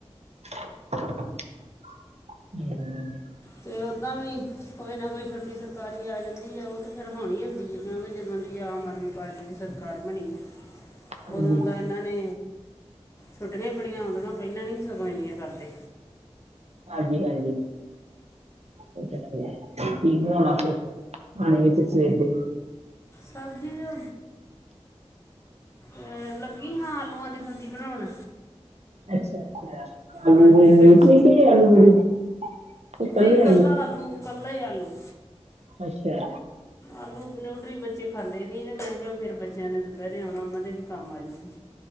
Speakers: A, on the right; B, on the left.
A: ਹੂੰ
B: ਤੇ ਉੱਦਾਂ ਵੀ ਕੋਈ ਨਾ ਕੋਈ ਛੁੱਟੀ ਸਰਕਾਰੀ ਆ ਜਾਂਦੀ ਆ, ਉਹ ਤੇ ਫੇਰ ਹੋਣੀ ਹੁੰਦੀ ਹੈ ਕਿਉਂਕਿ, ਜਦੋਂ ਦੀ ਆਮ ਆਦਮੀ ਪਾਰਟੀ ਦੀ ਸਰਕਾਰ ਬਣੀ ਏ।
A: ਹਾਂਜੀ,
B: ਉਦੋਂ ਦਾ ਇਹਨਾਂ ਨੇ ਛੁੱਟੀਆਂ ਹੀ ਬੜੀਆਂ ਆਉਂਦੀਆਂ, ਪਹਿਲਾਂ ਨਹੀਂ ਸੀ ਸਗੋਂ ਇੰਨੀਆਂ ਕਰਦੇ
A: ਹਾਂਜੀ ਹਾਂਜੀ, ਉਹ ਤਾਂ ਹੈ। ਕੀ ਬਣਾਉਣਾ ਫਿਰ ਖਾਣੇ ਵਿੱਚ ਸਵੇਰ ਦੇ?
B: ਸਬਜ਼ੀ ਆ ਏ ਲੱਗੀ ਹਾਂ, ਆਲੂਆਂ ਦੀ ਸਬਜ਼ੀ ਬਨਾਉਣ
A: ਅੱਛ ਅੱਛਾ, ਆਲੂ-ਵੜੀ
B: ਹਾਂਜੀ ਬੱਚ
A: ਠੀਕ ਏ ਆਲੂ ਬੜੀ ਤੇ ਕੱਲੇ
B: ਨਹੀਂ ਕੱਲਾ ਆਲੂ, ਕੱਲਾ ਈ ਆਲੂ
A: ਅੱਛਾ।
B: ਆਲੂ ਨਿਊਟਰੀ ਬੱਚੇ ਖਾਂਦੇ ਨੀ ਤੇ ਮੈਂ ਕਿਹਾ ਫੇਰ ਬੱਚਿਆਂ ਨੇ ਤੇ ਦੁਪਹਿਰੇ ਹੁਣ ਉਹਨਾਂ ਦੇ ਵੀ ਕੰਮ ਆਜੂਗੀ।